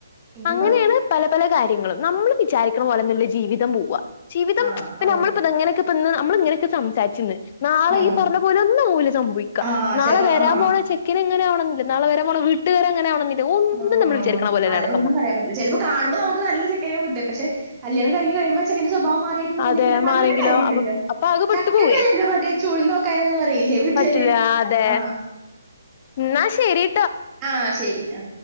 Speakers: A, on the right; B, on the left.
A: ഇനിയിപ്പോ
B: അങ്ങനെയാണ് പല പല കാര്യങ്ങളും നമ്മള് വിചാരിക്കണ പോലൊന്നുവല്ല ജീവിതം പോവാ ജീവിതം
A: ആ
B: ഇപ്പൊ
A: അതെ.
B: നമ്മള് ഇങ്ങനൊക്കെ പ്പോ ഇന്ന് നമ്മള് ഇങ്ങനെയൊക്കെ സംസാരിച്ചുന്ന് നാളെ
A: ആ
B: ഈ പറഞ്ഞ പോലെ ഒന്നാവൂല സംഭവിക്ക
A: ആ
B: നാളെ
A: ചെലപ്പോ
B: വരാൻ
A: ആ
B: പോണ ചെക്കൻ എങ്ങനെയാ നാളെ വരാൻപോണ വീട്ടുകാര് എങ്ങനെയാവണോന്നില്ല ഒന്നും
A: ആഹ്
B: നമ്മള് വിചരിക്കണ പോലെ അല്ല
A: അതെ
B: നട
A: ഒന്നും പറയാൻപറ്റില്ല ചിലപ്പോ കാണുമ്പോ നമുക്ക്‌ നല്ലചെക്കനാവും പക്ഷെ കല്യാണം കഴിഞ്ഞ് കഴിയുമ്പോ ചെക്കന്റെ സ്വഭാവം മാറിയിട്ടുന്നുണ്ടെങ്കിൽ
B: അതെ
A: പിന്നെ പറഞ്ഞിട്ട്
B: മാറിയെങ്കിലോ
A: കാര്യമില്ലല്ലോ
B: അപ്പൊ അപ്പൊ ആകെ പെട്ടു
A: ചക്കേന്നുവല്ലല്ലോ
B: പോവേ
A: മറ്റേ ചുഴ്ന്ന് നോക്കാൻന്ന് പറയില്ലേ വീട്ടുകാര്
B: ല്ലാതെ
A: ആ
B: എന്നാ ശെരി
A: ആ ശെരി ആ